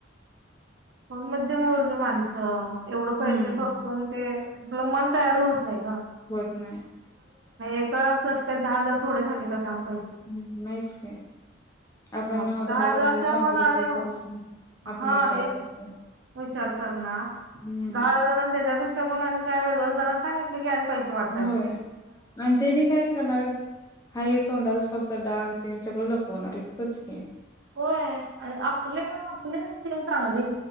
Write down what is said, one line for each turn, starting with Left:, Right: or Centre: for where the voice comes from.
Right: आपण मध्यमवर्गीय माणसं. एवढं पैसे
Left: हम्म
Right: खर्चून ते आपलं मन तयार होत नाही ना.
Left: होय. नाही.
Right: एका सटक्यात दहा हजार थोडे झालेस. सांग पैसे
Left: हम्म, नाहीच काय आपण
Right: हा
Left: अ,
Right: दहा हजारच्या
Left: रुपये शंभर
Right: वर आले
Left: रुपये खरच आपण
Right: हा
Left: विचार
Right: एक
Left: करतो
Right: विचार करणार
Left: हम्म
Right: दहा हजार आणि त्याच्या पेक्षा. पण आणि काय वेगळं जरा काय सांगितलं की पैसे वाढत्यात.
Left: होय आणि त्यानी काय करणार हाय हे तोंडावरच फक्त डाग तेन सगळं लपवणार इतकंच की
Right: होय आणि आपल्या आपल्या स्किन चांगली